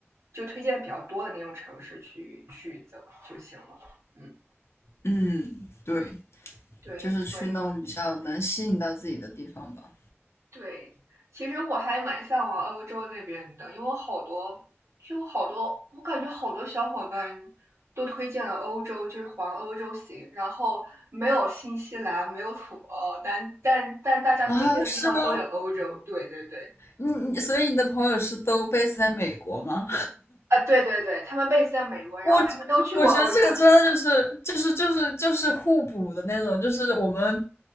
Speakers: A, on the right; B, on the left.
A: 就推荐比较多的那种城市去去走就行了。嗯，
B: 嗯，对，
A: 对，
B: 就是去那种比较能吸引到自己的地方吧。
A: 所以对，其实我还蛮向往欧洲那边的，因为我好多，就好多，我感觉好多小伙伴都推荐了欧洲，就是环欧洲行，然后没有新西兰，没有土澳，但但但大家推荐的地方都有欧洲。
B: 啊，是吗？
A: 对对对，
B: 你你，所以你的朋友是都 base 在美国吗？
A: 啊，对对对，他们 b a 在美国，然后他们都去过欧洲。
B: 我我觉得这个真的就是就是就是就是互补的那种，就是我们